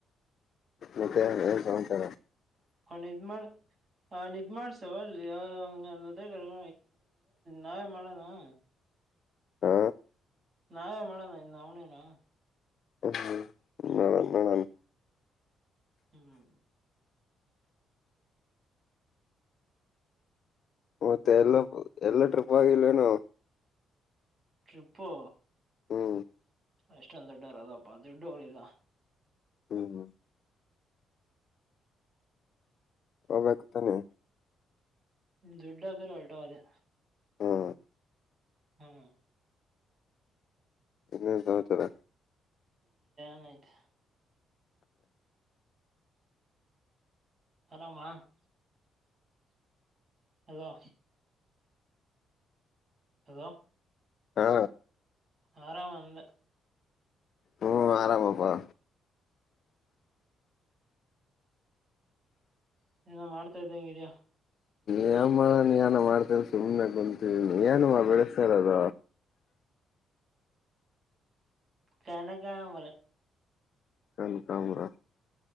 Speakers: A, on the left; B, on the right.
A: ಮತ್ತೆ ಏ ಸಂತರ
B: ಹ ನಿದ್ ಮಾಡ ನಿದ್ ಮಾಡ್ಸ ಹೊಲ್ಂಗ ಹ ನಾವೇ ಮಾಡಣ <unintelligible>
A: ಹಾ
B: ನಾವೇ ಮಾಡೋಣ ಇನ್ ಅವನೇನಾ
A: ಹ್ಮ್ ನೋಡಣ ನೋಡಣ
B: ಹ್ಮ್
A: ಮತ್ತೆ ಎಲ್ಲ ಎಲ್ಲ ಟ್ರಿಪ್ ಹೋಗಿಲೇನು
B: ಟ್ರಿಪು
A: ಹ್ಮ್
B: ಅಷ್ಟೊಂದ ದೊಡ್ಡರ ಅದಪ್ಪಾ ದದುಡ್ಡೋಳಗ
A: ಹ್ಮ್ ಹಬಾಗತಾನೆ
B: ದುಡ್ಡರ ಹೊಲ್ಟ ಅದೆೇ
A: ಹ್ಮ್
B: ಹ್ಮ್
A: ಇನ್ನೇನ್ ಸಮಾಚಾರ
B: ನತ ಹಲಾಮಾ ಹಲೋ ಹದು
A: ಹಾ
B: ಆರಾಮ ಅಂದ
A: ಹ್ಮ್ ಆರಾಮಪ್ಪಾ
B: ಏನ ಮಾಡ್ತಾ ಇದ್ದ ಹಂಗಿದಯ
A: ಏನ್ ಮಾಡ ನೀ ಏನ ಮಾಡ್ತರ ಸುಮ್ನೆ ಕುಂತನಿ ಏನು ಬೆಳೆಸ್ತರದ
B: ಕನಕ ಮರ
A: ಕನಕಾಂಬ್ರ